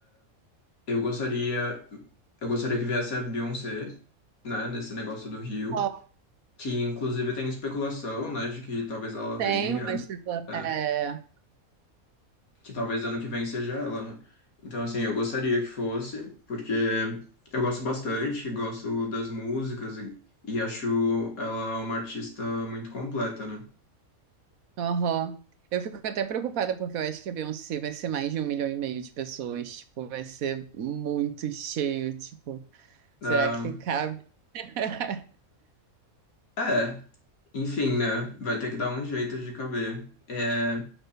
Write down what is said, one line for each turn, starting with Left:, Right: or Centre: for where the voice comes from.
Left: Eu gostaria, eu gostaria que viesse a Beyoncé, né, nesse negócio do Rio,
Right: Ó,
Left: que inclusive tem especulação, né, de que talvez ela
Right: Tenho,
Left: venha,
Right: mas tipo,
Left: né,
Right: é,
Left: que talvez ano que vem seja ela, né? Então, assim, eu gostaria que fosse, porque eu gosto bastante, gosto das músicas e, e acho ela uma artista muito completa, né?
Right: aham. Eu fico até preocupada porque eu acho que a Beyoncé vai ser mais de um milhão e meio de pessoas, tipo, vai ser muito cheio, tipo, será
Left: Ah,
Right: que cabe? <laughs>
Left: é, enfim, né, vai ter que dar um jeito de caber. É,